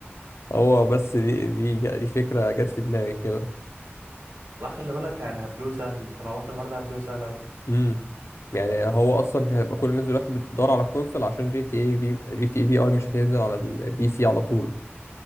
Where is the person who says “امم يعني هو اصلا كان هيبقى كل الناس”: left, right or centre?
Left